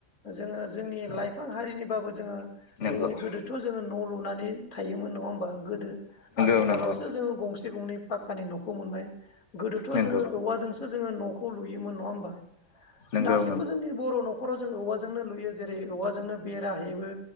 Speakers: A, on the left; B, on the left.
A: जोङो जोंनि
B: औ
A: लाइफां हारिनिबाबो जोङो,
B: नंगौ
A: जोंनि गोदोथ' जोङो न' लुनानै थायोमोन नङा होम बा गोदो आथिखालावसो
B: नंगौ नंगौ
A: जोंङो गंसे गंनै पाखकानि न'खौ मोनबाय गोदोथ'
B: नंगौ
A: जोङो
B: नंगौ
A: औवाजोंसो जोङो न'खौ लुयोमोन नङा होमबा
B: नंगौ
A: दासिमबो
B: नंगौ
A: जोंनि बर' न' न'खराव जों औवाजोंनो लुयो जेरै औवाजोंनो बेरा हेबो